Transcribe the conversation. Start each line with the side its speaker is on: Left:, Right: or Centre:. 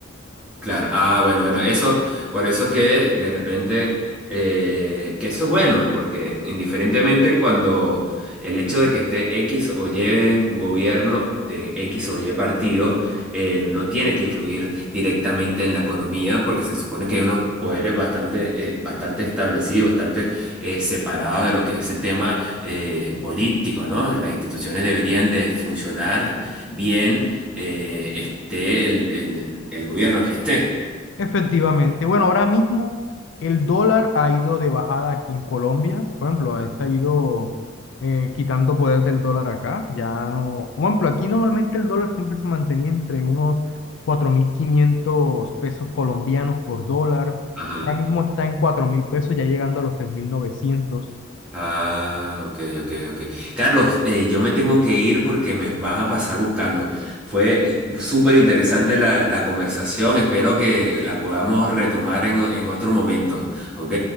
Centre: Claro, ah, bueno, bueno, eso, por eso es que de repente, eh, que eso es bueno, porque indiferentemente cuando el hecho de que esté X o Y gobierno de X o Y partido, eh, no tiene que influir directamente en la economía, porque se supone que hay unos poderes bastante, eh, bastante establecidos, bastante eh, separados de lo que es el tema eh, político, ¿no? Las instituciones deberían de funcionar bien eh, esté el, el- el gobierno que esté.
Left: Efectivamente. Bueno, ahora mismo el dólar ha ido de bajada aquí en Colombia. Por ejemplo, este ha ido eh, quitando poder del dólar acá. Ya no. Por ejemplo, aquí normalmente el dólar siempre se mantenía entre unos 4.500 pesos colombianos por dólar.
Centre: Ajá.
Left: Ahora mismo está en 4.000 pesos, ya llegando a los tres mil novecientos
Centre: Ah, ok, ok, ok. Carlos, eh, yo me tengo que ir porque me van a pasar buscando. Fue súper interesante la, la conversación. Espero que la podamos retomar en, o- en otro momento. ¿Ok?